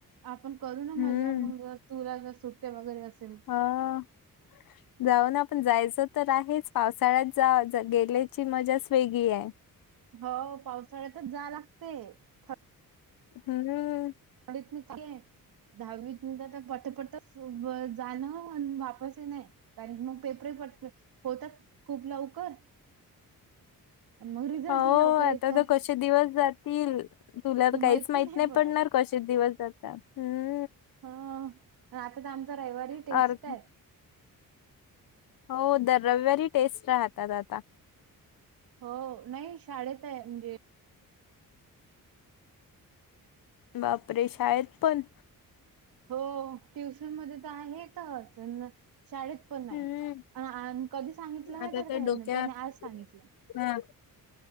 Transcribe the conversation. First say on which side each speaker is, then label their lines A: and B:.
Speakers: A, on the right; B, on the left.
A: आपण करू ना
B: हम्म.
A: मजा मग जर तुला जर सुट्ट्या वगैरे असेल
B: हा <inaudible> जाऊ ना आपण, जायचं तर आहेच पावसाळ्यात जा गेल्याची मजाच वेगळी आहे.
A: हो पावसाळ्यातच जा लागते थ
B: हम्म.
A: <unintelligible> दहावीत <unintelligible> <unintelligible> जाणं अन वापस ही नाही, कारण मग पेपर हायत वाटतं, होतात खूप लवकर? आणि मग रिझल्ट
B: हो,
A: ही लवकर येतात.
B: आता तर कसे दिवस जात तील, तुला
A: कि
B: तर काहीच
A: माहिती
B: माहित नाही
A: पडत
B: पडणार कसे दिवस जातात, हम्म.
A: हा, आन आता तर आमचा रविवारी टेस्ट
B: अर
A: आहेत.
B: हो दर रविवारी टेस्ट राहतात आता.
A: हो, नाही शाळेत आहे म्हणजे
B: बापरे! शाळेत पण?
A: हो, ट्युशन मध्ये तर आहेतच अन शाळेत पण हाय,
B: हम्म.
A: आ न कधी सांगितलं माहीत
B: आता
A: का
B: तर
A: त्यांनी?
B: डोक्यात
A: त्यांनी आज सांगितलं.
B: हा.